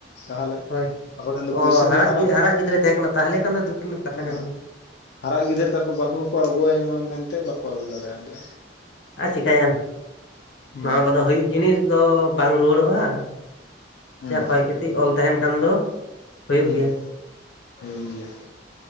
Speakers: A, on the left; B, on the left.
A: ᱛᱟᱦᱚᱞᱮ᱾
B: ᱦᱳᱭ
A: ᱟᱠᱚ ᱴᱷᱮᱱ ᱫᱚ
B: ᱚ
A: ᱯᱩᱭᱥᱟᱹ
B: ᱦᱟᱨᱟᱜ
A: ᱠᱤ ᱢᱟᱨᱟᱝ
B: ᱜᱤ ᱦᱟᱨᱟᱜ ᱜᱤᱫᱽᱨᱟᱹᱭ ᱛᱟᱦᱮᱸ ᱠᱟᱱᱟ ᱛᱟᱦᱚᱞᱮ ᱠᱷᱟᱱ ᱫᱚ ᱫᱩᱠ ᱨᱮᱱᱟᱜ ᱠᱟᱛᱷᱟ
A: ᱦᱮᱸ
B: ᱠᱟᱱ ᱜᱮᱭᱟ᱾
A: ᱦᱟᱨᱟᱜ ᱜᱤᱫᱟᱹᱨ ᱛᱟᱨᱯᱚᱨ ᱵᱟᱹᱦᱩ ᱦᱚᱸᱠᱚ ᱟᱹᱜᱩᱣᱟᱭ ᱢᱟ ᱢᱮᱱᱛᱮ ᱵᱟᱠᱚ ᱟᱹᱜᱩ ᱫᱟᱲᱮᱭᱟᱫᱮᱭᱟ᱾
B: ᱟᱨ ᱪᱤᱠᱟᱹᱭᱟᱢ
A: ᱦᱩᱸ
B: ᱱᱚᱣᱟ ᱠᱚᱫᱚ ᱦᱩᱭᱩᱜ ᱡᱤᱱᱤᱥ ᱫᱚ ᱵᱟᱝ ᱨᱩᱣᱟᱹᱲᱚᱜᱼᱟ᱾
A: ᱦᱩᱸ
B: ᱡᱟ ᱠᱷᱚᱭ ᱠᱷᱚᱛᱤ ᱚᱞᱱᱛᱟᱦᱮᱱ ᱠᱷᱟᱱ ᱫᱚ ᱦᱩᱭᱩᱜ
A: ᱦᱩᱸ᱾
B: ᱜᱮᱭᱟ
A: ᱦᱩᱭᱩᱜ ᱜᱮᱭᱟ᱾